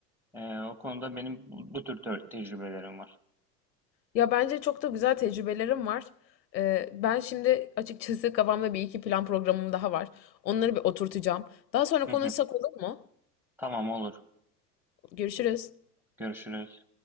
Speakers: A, in the centre; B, on the left.
A: eee, o konuda benim bu, bu tür te- tecrübelerim var.
B: Ya bence çok da güzel tecrübelerim var. Ee, ben şimdi açıkçası kafamda bir iki plan programım daha var. Onları bir oturtacağım. Daha sonra
A: Hı
B: konuşsak
A: hı.
B: olur mu?
A: Tamam olur.
B: Görüşürüz.
A: Görüşürüz.